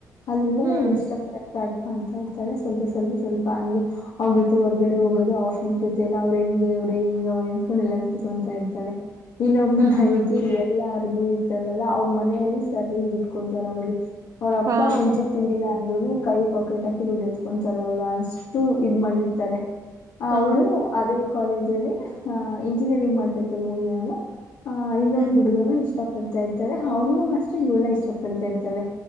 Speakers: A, on the left; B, on the right.
A: ಅದ್ರ ಮೇಲೆ
B: ಹ್ಮ್
A: ಇಷ್ಟ ಪಡ ಸ್ಟಾರ್ಟ್ ಮಾಡ್ತಾ ಇರ್ತಾಳೆ ಸ್ವಲ್ಪ ಸ್ವಲ್ಪ ಸ್ವಲ್ಪ ಹಂಗೆ ಹೋಗಿ ಮತ್ತೆ ಹೊರ್ಗಡೆ ಹೋಗೋದು ಆಫ್ರನ್ ಜೊತೆ ಎಲ್ಲ ಅವ್ರರು ಹೆಂಗೆ ಅವ್ರೇ ಹಿಂಗ ಅವರು ಅಂದತ್ಕೊಂಡ ಎಲ್ಲ ತಿಳ್ಕೊಂತಾ ಇತಳೆ ಇನ್ನೊಬ್ರು
B: ಹ್ಮ್
A: ನ ಹಗ ಎಲ್ಲಾರ್ಗು ೂ ಇರ್ತಾಳಲ್ಲಾ ಅವ್ರ ಮನೆಯಲ್ಲಿ ಸರಿಯಾಗಿ ದುಡ್ಡು ಕೊಡ್ತಾರೆ ಅವಳಿಗೆ ಅವ್ರಪ್ಪ
B: ಹಾ
A: ಮುಂಚೂಗ್ ತಿಂದಿಲ್ಲಾ ಅಂದ್ರುನು ಕೈ ಪಾಕೆಟ್ ಹಾಕಿ ದುಡ್ಡು ಎತ್ಕೊಂತೊಳ್ಳೋಳ ಅಷ್ಟು ಇದ್ ಮಾಡಿರ್ತಾರೆ
B: ಹಾ
A: ಅವಳು ಅದೇ ಕಾಲೇಜ ಅಲ್ಲಿ ಇಂಜಿನಿಯರಿಂಗ್ ಮಾಡ್ತಿರ್ತಾರೆ ಮೂರ್ ಜನನು ಆಹ ಇನ್ನೊಂದು
B: ಹ್ಮ್
A: ಹುಡುಗನು
B: ಹ್ಮ್
A: ಇಷ್ಟ ಪಡ್ತಾ ಇರ್ತಳೆ ಅವನು ಅಷ್ಟೆ ಇವನ ಇಷ್ಟ ಪಡ್ತಾ ಇರ್ತಾಳೆ